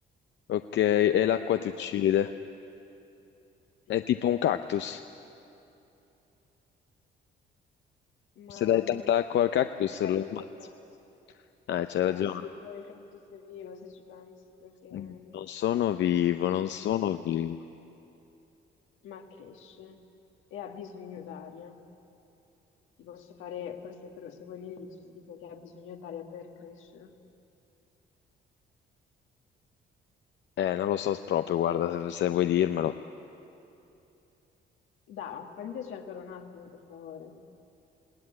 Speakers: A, on the left (about 65°); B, on the left (about 85°).
A: Ok, e l'acqua ti
B: E
A: uccide.
B: poi, sì,
A: È tipo un cactus.
B: ma
A: Se dai
B: mm,
A: tanta acqua
B: il
A: al
B: cactus
A: cactus
B: è
A: lo
B: vivo,
A: ammazzi.
B: però.
A: Ah, c'hai ragione.
B: Eh sì, però il cactus è vivo se ci pensi, perché
A: Mm,
B: mm,
A: Non sono vivo, non sono
B: comunque,
A: vivo.
B: eh, ma cresce e ha bisogno d'aria. Ti posso fare, forse per, se vuoi l'inizio, ti dico che ha bisogno d'aria per crescere.
A: Eh, non lo so proprio, guarda, se, se vuoi dirmelo.
B: Da, fammi ancora un attimo, per favore.